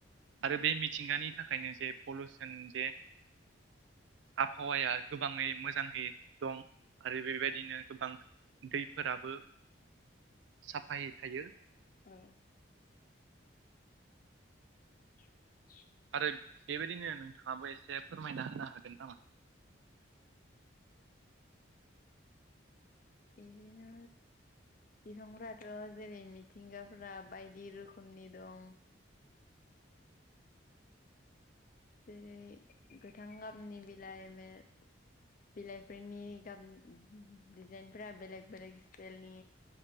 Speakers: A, on the right (about 70°); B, on the left (about 40°).
A: आरो बे मिथिंगानि थाखायनो जे पलउसन जे आबहावाया गोबाङै मोजाङै दं आरो बेबायदिनो गोबां दैफोराबो साफायै थायो।
B: औ <inaudible>
A: आरो बेबायदिनो नोंथाङाबो एसे फोरमायना होनो हागोन नामा?
B: बेदिनो बिफांफोराथ' जेरै मिथिंगाफोरा बायदि रोखोमनि दं। <inaudible> जेरै गोथां गाबनि बिलाइ मे बिलाइफोरनि गाब डिजाइनफोरा बेलेग बेलेग स्टाइलनि